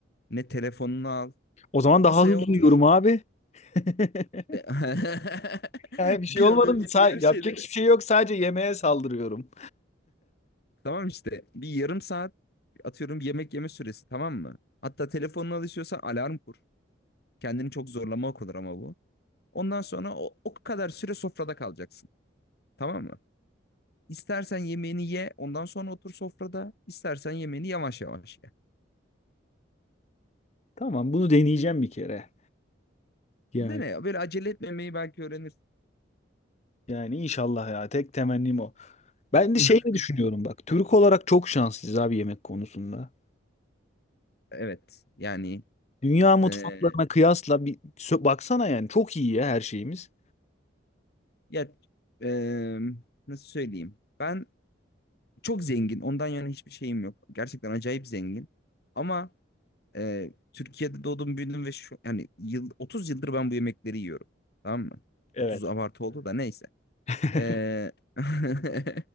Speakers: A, on the left (about 55°); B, on the left (about 35°).
A: Ne telefonunu al.
B: O zaman
A: Masaya
B: daha hızlı
A: otur.
B: uyuyorum abi. <laughs>
A: İşte <laughs>
B: Yani bir şey
A: Bir
B: olmadı
A: an önce
B: mı? Sa-
A: diğer şeyleri.
B: yapacak hiçbir şey yok. Sadece yemeğe saldırıyorum.
A: Tamam işte bir yarım saat atıyorum yemek yeme süresi tamam mı? Hatta telefonunu alışıyorsan alarm kur. Kendini çok zorlamak olur ama bu. Ondan sonra o, o kadar süre sofrada kalacaksın. Tamam mı? İstersen yemeğini ye, ondan sonra otur sofrada. İstersen yemeğini yavaş yavaş ye.
B: Tamam, bunu deneyeceğim bir kere. Yani
A: Değil mi? ya? Böyle acele etmemeyi belki öğrenirsin.
B: yani inşallah ya. Tek temennim o. Ben de
A: <laughs>
B: şey mi düşünüyorum bak. Türk olarak çok şanslıyız abi yemek konusunda.
A: Evet. Yani
B: Dünya mutfaklarına
A: eee,
B: kıyasla bir sö- baksana yani çok iyi ya her şeyimiz.
A: ya eee, nasıl söyleyeyim? Ben çok zengin. Ondan yana hiçbir şeyim yok. Gerçekten acayip zengin. Ama e, Türkiye'de doğdum, büyüdüm ve şu yani yıl 30 yıldır ben bu yemekleri yiyorum. Tamam mı?
B: Evet.
A: 30 abartı oldu da neyse.
B: <laughs>
A: E, <laughs>